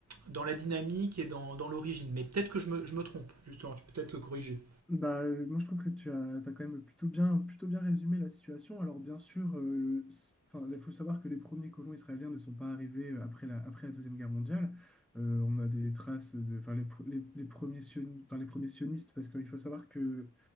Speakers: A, on the right (about 55°); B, in the centre.
A: dans la dynamique et dans, dans l'origine, mais peut-être que je me, je me trompe, justement, tu peux peut-être corriger.
B: Bah, euh, moi, je trouve que tu as, t'as quand même plutôt bien, plutôt bien résumé la situation. Alors, bien sûr, euh, s- enfin, il faut savoir que les premiers colons israéliens ne sont pas arrivés euh, après la, après la Deuxième Guerre mondiale. Euh, on a des traces de, enfin, les, pr- les, les premiers sionistes, enfin, les premiers sionistes, parce qu'il faut savoir que